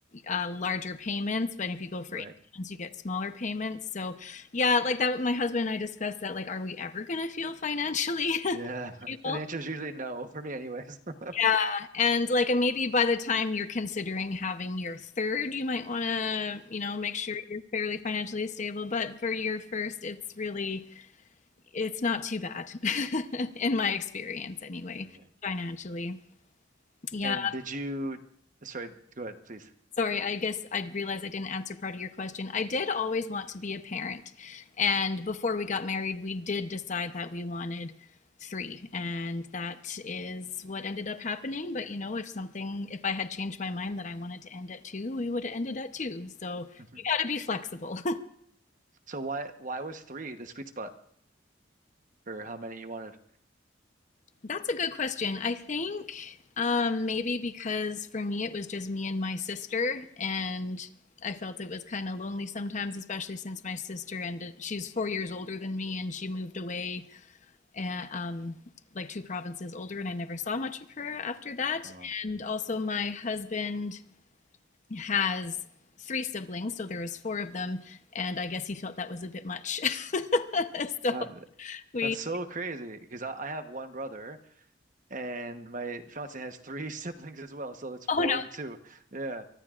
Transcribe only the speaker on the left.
uh, larger payments, but if you go for
18 months, you get smaller payments. So yeah, like that, my husband and I discussed that, like, are we ever gonna feel financially
people.
Yeah. And like maybe by the time you're considering having your third, you might want to, you know, make sure you're fairly financially stable. But for your first, it's really, it's not too bad <laughs> in my experience anyway,
financially. Yeah.
Sorry, I guess I realized I didn't answer part of your question. I did always want to be a parent. And before we got married, we did decide that we wanted three. And that is what ended up happening. But you know, if something, if I had changed my mind that I wanted to end at two, we would have ended at two. So
you got to be flexible.
That's a good question. I think um, maybe because for me it was just me and my sister, and I felt it was kind of lonely sometimes, especially since my sister ended. She's four years older than me, and she moved away, uh um, like two provinces older, and I never saw much of her after that.
And also, my husband has three siblings, so there was four of them, and I guess he felt that was a bit much. <laughs> So
we,
oh no,